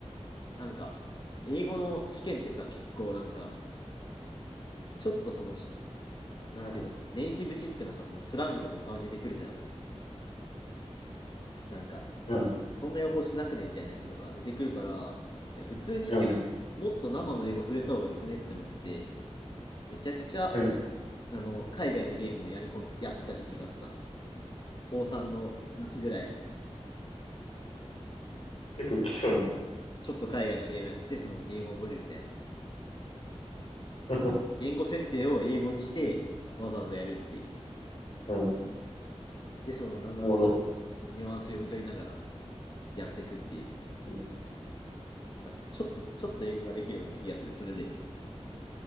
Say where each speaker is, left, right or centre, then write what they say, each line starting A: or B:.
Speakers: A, on the left; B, on the left.
A: なんか、英語の試験ってさ、結構なんか、ちょっとその、なんていうんだろう、
B: うん、
A: ネイティブチックなさ、そのスラングとかもたまに出てくるじゃん。なんか、
B: うん、
A: そんな予報しなくねみたいなやつとか出てくるから、いや、普通になんか、
B: うん、
A: もっと生の英語触れた方がよくねって思って、めちゃくちゃ、
B: うん。
A: あの、海外のゲームをやり込んで、やってた時期があった。高3の夏ぐらい、
B: 結構きしょいな。
A: ちょっと海外のゲームやって、その英語を覚えるみたいな。
B: <laughs>
A: なんか、言語設定を英語にして、わざわざやるっていう。
B: うん、
A: で、その、なんなんとなく、
B: おもろ。
A: そのニュアンス読み取りながらやっていくっていう。
B: うん
A: なんかちょっと、ちょっと英語ができるようになった気がする、それで。